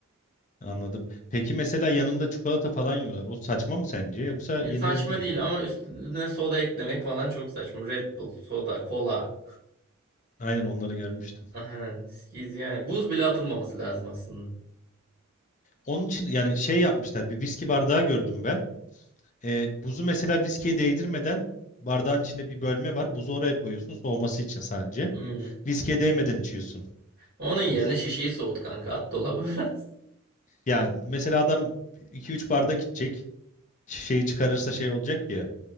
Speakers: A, on the left; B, on the right.
A: Anladım. Peki mesela yanında çikolata falan yiyorlar. O saçma mı sence yoksa yenilebilir
B: Saçma
A: mi?
B: değil ama üstüne soda eklemek falan çok saçma. Red Bull, soda, kola.
A: Aynen onları görmüştüm.
B: Aynen. Viski yani. Buz bile atılmaması lazım aslında.
A: Onun için yani şey yapmışlar. Bir viski bardağı gördüm ben. Ee, buzu mesela viskiye değdirmeden bardağın içinde bir bölme var. Buzu oraya koyuyorsun soğuması için sadece.
B: Hmm.
A: Viskiye değmeden içiyorsun
B: Onun yerine
A: buz.
B: şişeyi soğut kanka. At dolaba <laughs> biraz.
A: Yani mesela adam iki üç bardak içecek. Şeyi çıkarırsa şey olacak ya.